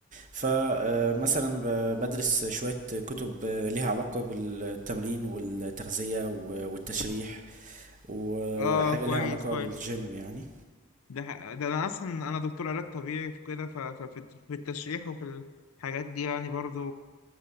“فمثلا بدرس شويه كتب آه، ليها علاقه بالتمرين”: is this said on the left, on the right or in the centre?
Right